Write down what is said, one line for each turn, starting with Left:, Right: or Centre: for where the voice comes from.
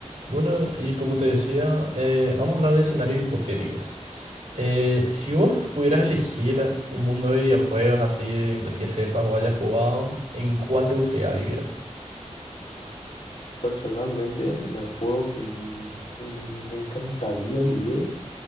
Right: Bueno, y como te decía, eh, vamos a hablar de escenarios hipotéticos. Eh, si vos pudieras elegir un mundo de videojuegos así, del que sepas o hayas jugado, ¿en cuál te gustaría vivir?
Left: Personalmente, en el juego que m- me encantaría vivir